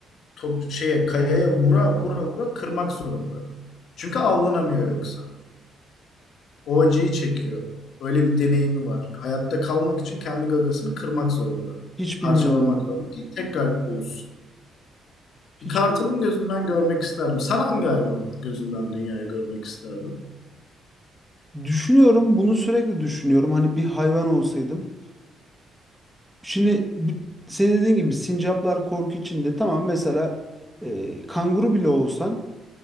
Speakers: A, on the left; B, in the centre.
A: top şeye kayaya vura vura vura kırmak zorunda. Çünkü avlanamıyor yoksa. O acıyı çekiyor. Öyle bir deneyimi var. Hayatta kalmak için kendi gagasını kırmak zorunda.
B: hiç
A: Parçalamak
B: bilmiyordum ben.
A: zorunda ki tekrar oluşsun.
B: Hiç
A: Bir kartalın
B: bilmiyordum.
A: gözünden görmek isterdim. Sen hangi hayvanın gözünden dünyayı görmek isterdin?
B: Düşünüyorum, bunu sürekli düşünüyorum. Hani bir hayvan olsaydım Şimdi bu- senin dediğin gibi sincaplar korku içinde tamam mesela e, kanguru bile olsan